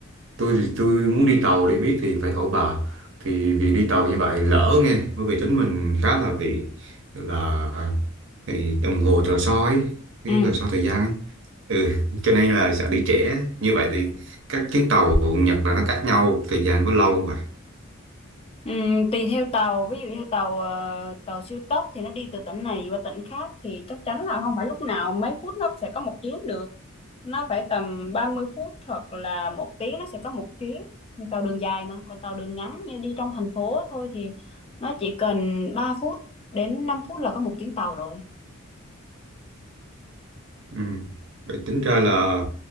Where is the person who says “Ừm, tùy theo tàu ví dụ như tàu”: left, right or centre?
Left